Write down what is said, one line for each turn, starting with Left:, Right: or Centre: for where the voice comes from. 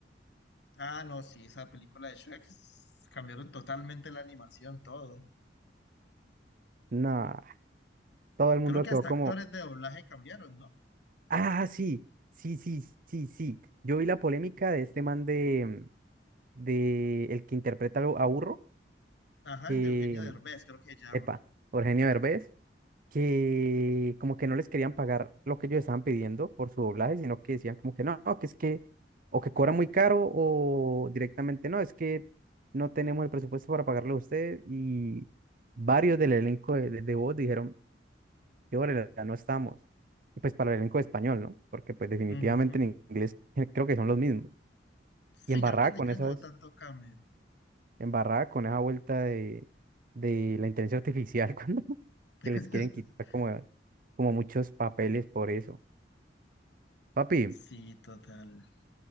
Left: Ah, no, sí, esa película de Shrek s- cambiaron totalmente la animación, todo.
Right: No, todo el mundo
Left: Creo que
Right: quedó
Left: hasta
Right: como,
Left: actores de doblaje cambiaron, ¿no?
Right: ah, sí, sí, sí, sí, sí. Yo vi la polémica de este man de, de el que interpreta a Lu- a Burro,
Left: Ajá,
Right: que,
Left: el de Eugenio Derbez, creo que se llama.
Right: epa, Eugenio Derbez, que como que no les querían pagar lo que ellos estaban pidiendo por su doblaje, sino que decían como que no, no, que es que, o que cobra muy caro, o directamente no, es que no tenemos el presupuesto para pagarle a usted. Y varios del elenco de, de de voz dijeron, Y órale, ya no estamos. Y pues para el elenco de español, ¿no? Porque pues definitivamente
Left: Ujú.
Right: en inglés <laughs> creo que son los mismos.
Left: Sí,
Right: Y embarrada
Left: creo que en
Right: con
Left: inglés
Right: esas,
Left: no hubo tanto cambio.
Right: embarrada con esa vuelta de, de la inteligencia artificial, <laughs> cuando
Left: <laughs>
Right: que les quieren quitar como, como muchos papeles por eso. Papi,
Left: Sí, total.